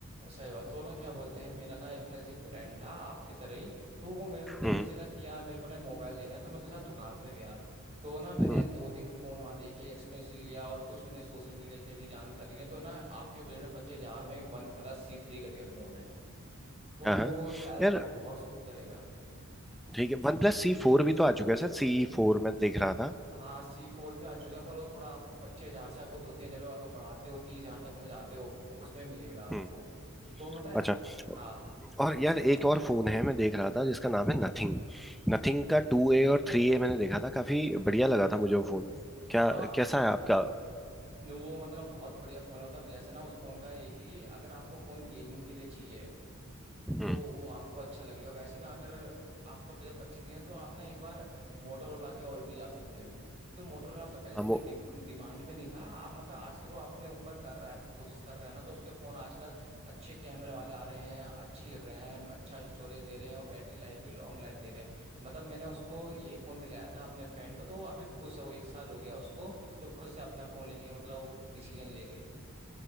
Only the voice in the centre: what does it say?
हम्म
हम्म,
हाँ
हाँ
यार
ठीक है वन प्लस सी फोर भी तो आ चुका है सर सी फोर मैं देख रहा था
हम्म
अच्छा
और यार एक और फोन है मैं देख रहा था जिसका नाम है नथिंग नथिंग का टू ए और थ्री ए मैंने देखा था काफी बढ़िया लगा था मुझे वो फोन क्या
कैसा है आपका
हम्म
हाँ,
मो,